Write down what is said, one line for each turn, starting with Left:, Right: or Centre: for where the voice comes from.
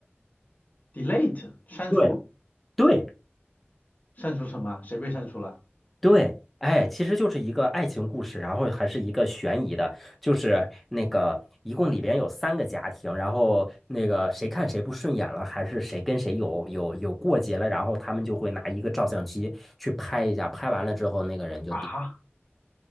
Left: ？delete 删除？
Centre: 对，对
Left: 删除什么啊？谁被删除了？
Centre: 对，哎，其实就是一个爱情故事，然后还是一个悬疑的，就是那个一共里边有三个家庭，然后那个谁看谁不顺眼了，还是谁跟谁有有有过节了，然后他们就会拿一个照相机去拍一下，拍完了之后那个人就顶。
Left: 啊，